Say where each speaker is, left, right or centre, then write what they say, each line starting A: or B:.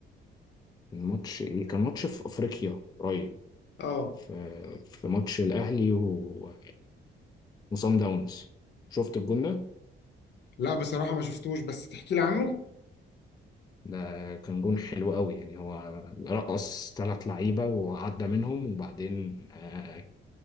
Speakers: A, on the left (about 20°); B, on the left (about 60°).
A: الماتش إيه؟ كان ماتش في أفريقيا قريب
B: اه
A: في في ماتش الأهلي و- وصن داونز شفت الجون ده؟
B: لا بصراحة ما شفتوش بس تحكي لي عنه
A: ده كان جون حلو قوي يعني هو رقص ثلاث لعيبة وعدى منهم وبعدين آه،